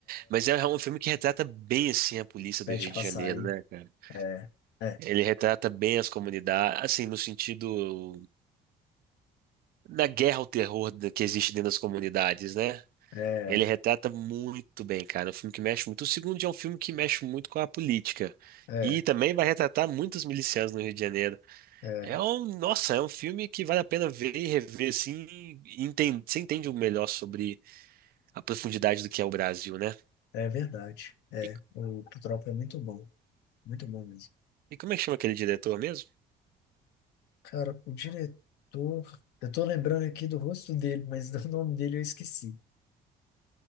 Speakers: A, on the right; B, on the left.
A: Mas é um filme que retrata bem assim a polícia
B: Pede
A: do Rio de
B: Passaí.
A: Janeiro, né, cara?
B: É, é,
A: Ele retrata bem as comunidades, assim, no sentido. da guerra ao terror da- que existe dentro das comunidades, né?
B: é,
A: Ele retrata muito bem, cara. É um filme que mexe muito. O segundo é um filme que mexe muito com a política.
B: é,
A: E também vai retratar muitos milicianos no Rio de Janeiro.
B: é,
A: É um, nossa, é um filme que vale a pena ver e rever assim. E enten- você entende o melhor sobre a profundidade do que é o Brasil, né?
B: é verdade. É,
A: E,
B: o Tropa é muito bom. Muito bom mesmo.
A: e como é que chama aquele diretor mesmo?
B: Cara, o diretor. Eu tô lembrando aqui do rosto dele, mas <laughs> do nome dele eu esqueci.